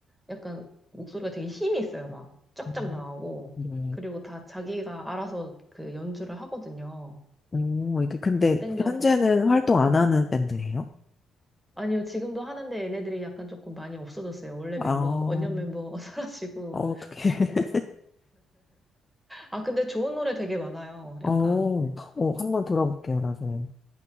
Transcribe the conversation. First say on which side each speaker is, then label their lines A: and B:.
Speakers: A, in the centre; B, on the left.
A: 약간 목소리가 되게 힘이 있어요. 막 쫙쫙
B: 음,
A: 나오고.
B: 네.
A: 그리고 다 자기가 알아서 그 연주를 하거든요.
B: 오, 이게 근데
A: 밴드여가지고.
B: 현재는 활동 안 하는 밴드예요?
A: 아니요, 지금도 하는데 얘네들이 약간 조금 많이 없어졌어요. 원래
B: 아,
A: 멤버,
B: 어,
A: 원년 멤버 <laughs> 사라지고.
B: 어떻게? <laughs>
A: 아, 근데 좋은 노래 되게 많아요.
B: 어,
A: 약간.
B: 어, 한번 들어볼게요, 나중에.